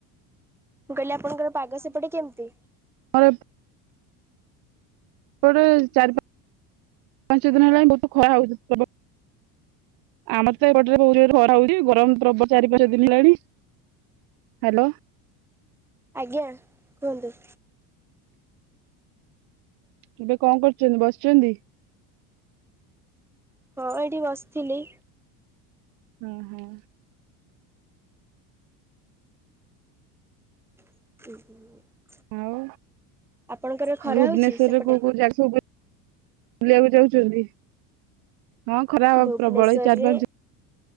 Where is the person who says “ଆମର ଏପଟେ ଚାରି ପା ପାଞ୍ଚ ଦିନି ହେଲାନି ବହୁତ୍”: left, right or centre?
Right